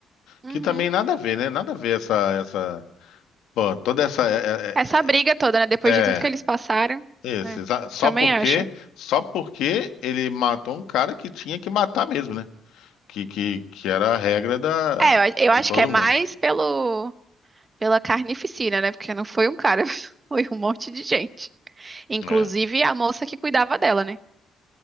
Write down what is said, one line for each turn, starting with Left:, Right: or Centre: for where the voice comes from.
Right: Uhum.
Left: Que também nada a ver, né? Nada a ver essa, essa, pô, toda essa, é,
Right: Essa briga toda, né? Depois
Left: é,
Right: de tudo que
Left: é-
Right: eles passaram.
Left: é, isso,
Right: É,
Left: exa- só
Right: também
Left: porque,
Right: acho.
Left: só porque ele matou um cara que tinha que matar mesmo, né? Que, que, que era a regra da,
Right: É, eu,
Left: de
Right: eu acho
Left: todo
Right: que é mais
Left: mundo.
Right: pelo, pela carnificina, né? Porque não foi um cara, <laughs> foi um monte de gente. Inclusive
Left: É.
Right: a moça que cuidava dela, né?